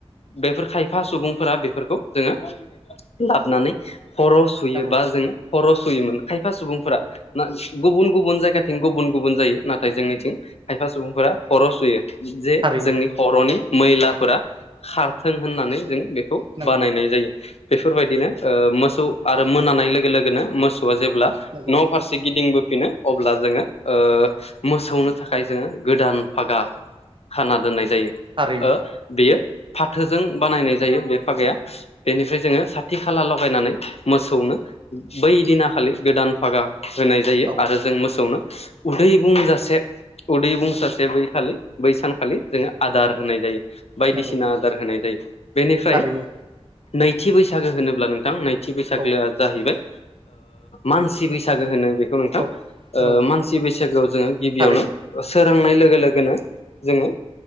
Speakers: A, on the left; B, on the right.
A: बेफोर खायफा सुबुंफोरा बेफोरखौ जोंङो लाबानै खर' सुयो
B: नंगौ
A: बा जों खर' सुयोमोन खायफा सुबुंफोरा। गुबुन गुबुन जायगाथिं गुबुन गुबुन जायो नाथाय जोंनिथिं खाय फा सुबुंफोरा खर' सुयो जे
B: थारैनो
A: जोंनि खर'नि मैलाफोरा खारथों होननानै जों बेखौ
B: नंगौ
A: बानायनाय जायो। बेफोरबायदिनो मोसौ आरो मोनानाय लोगो लोगोनो मोसौआ जेब्ला
B: नंगौ
A: न' फारसे गिदिंबो फिनो अब्ला जोंङो मोसौनो थाखाय जोंङो गोदान फागा खाना दोननाय जायो
B: थारैनो
A: बेयो फाथोजों बानायनाय जायो बे फागाया। बेनिफ्राय जोंङो साथि खाला लगायनानै मोसौनो बै दिनाखालि गोदान फागा। होनाय जायो
B: औ
A: आरो जों मोसौनो उदै बुंजासे। उदै बुं सासे बै खालि बै सानखालि जोङो आदार होनाय जायो बायदिसिना
B: नंगौ
A: होनाय जायो बेनिफ्राय
B: थारैनो
A: नैथि बैसागो होनोब्ला नोंथां नैथि बैसागोआ
B: औ
A: जाहैबाय मानसि बैसागो होनो बे नोंथां
B: औ औ
A: मानसि बैसागोआव जोङो गिबियावनो
B: थारैनो
A: सोरांनाय लोगो लोगोनो जोङो